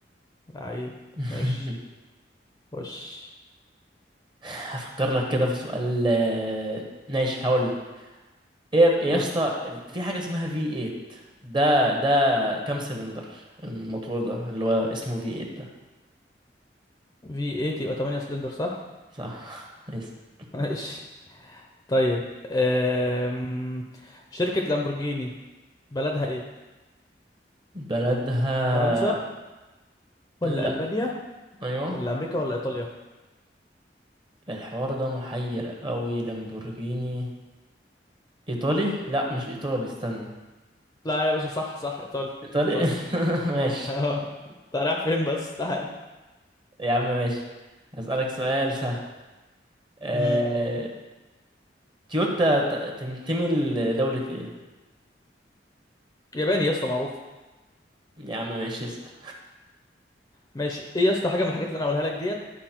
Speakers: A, on the left; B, on the right.
A: لعيب
B: <laughs>
A: ماشي خش
B: هفكر لك كده في سؤال آه، ماشي هقول لك ايه يا يا
A: ها
B: اسطى في حاجة اسمها في 8 ده ده كام سلندر الموتور ده اللي هو اسمه في 8 ده
A: في 8 يبقى 8 سلندر صح
B: صح <laughs> اسأل.
A: <laughs> ماشي طيب أم... شركة لامبورجيني بلدها ايه
B: بلدها
A: فرنسا
B: لا
A: ولا ألبانيا
B: ايوه
A: ولا أمريكا ولا إيطاليا
B: الحوار ده محير قوي لامبورجيني ايطالي لا مش ايطالي استنى
A: لا يا باشا صح صح إيطاليا
B: ايطالي
A: إيطاليا
B: <laughs> ماشي
A: <laughs> اه انت رايح فين بس تعال
B: يا عم ماشي هسألك سؤال سهل آه...
A: مم.
B: تويوتا ت- تنتمي لدولة ايه
A: ياباني يا اسطى معروفة
B: يا عم ماشي اسأل
A: ماشي ايه يا اسطى حاجة من الحاجات اللي انا هقولها لك ديت